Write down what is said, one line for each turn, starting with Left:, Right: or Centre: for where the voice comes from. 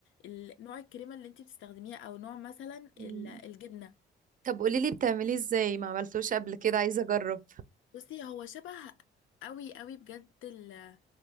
Left: ال- نوع الكريمة اللي انتي بتستخدميها او نوع مثلا
Right: امم
Left: ال- الجبنة
Right: طب قوليلي بتعمليه ازاي ما عملتوش قبل كده عايزة اجرب
Left: بصي هو شبه قوي قوي بجد ال...